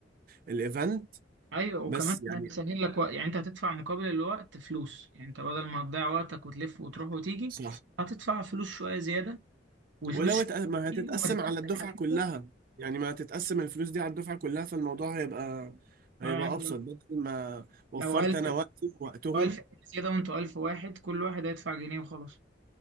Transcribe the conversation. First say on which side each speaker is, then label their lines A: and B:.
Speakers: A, on the right (about 50°); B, on the right (about 90°).
A: الايفنت
B: ايوه وكمان
A: بس يعني
B: هيسهل لك وقت يعني انت هتدفع مقابل الوقت فلوس يعني انت بدل ما هتضيع وقتك وتلف وتروح وتيجي
A: صح
B: هتدفع فلوس شويه زياده والفلوس
A: ولو اتق- ما
B: دي
A: هتتقسم
B: لما تتقسم
A: على الدفعة
B: عليكم
A: كلها يعني ما هتتقسم الفلوس دي على الدفعة كلها فالموضوع هيبقى هيبقى
B: آه، يعني
A: أبسط
B: لو
A: بدل ما وفرت
B: لو 1000
A: أنا وقتي ووقتهم
B: لو 1000 زياده وانتوا 1000 واحد كل واحد هيدفع جنيه وخلاص